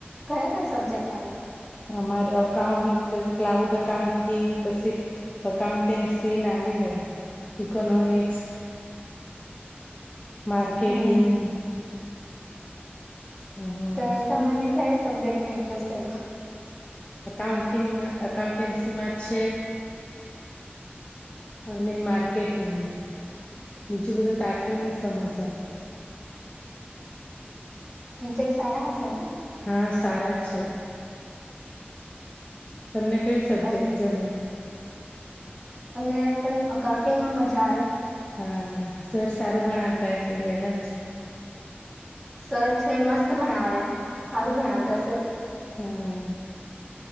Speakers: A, in the centre; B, on the left.
A: કયા કયા સબ્જેક્ટ આવે
B: અમારે અઉન્ટ ક્લાઉડ અઉન્ટિંગ પછી અકાઉન્ટન્સી ના આવે આવે ઈકોનોમિક્સ માર્કેટિંગ
A: હમ
B: હમ
A: તો તમને કયા સબ્જેક્ટમાં ઇન્ટરેસ્ટ એ
B: અઉન્ટિંગમાં અકાઉન્ટન્સીમાં છે અને માર્કેટિંગમાં બીજું બધું તો આટલું નહ સમજ આવે
A: ટીચર સારા હશે
B: હા સારા છે તમને કયું સબ્જેક્ટ
A: અને
B: ગમે
A: અમને પણ અકાઉન્ટિંગમાં મજા આવે
B: હા સર સારું ભણાવતા હ કે મેડમ છે
A: સર છે મસ્ત ભણાવે સારું ભણાતા હશે
B: હમ